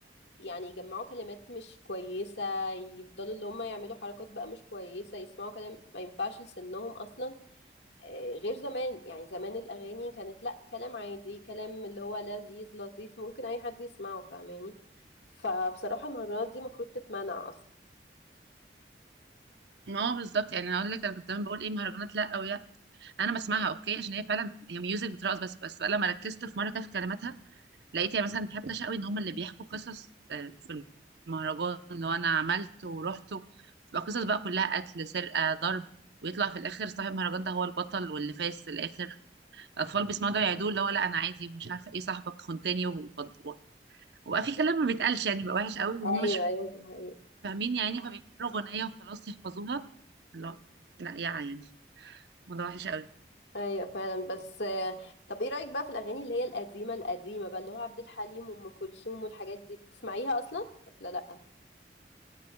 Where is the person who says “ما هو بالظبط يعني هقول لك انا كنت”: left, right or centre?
Right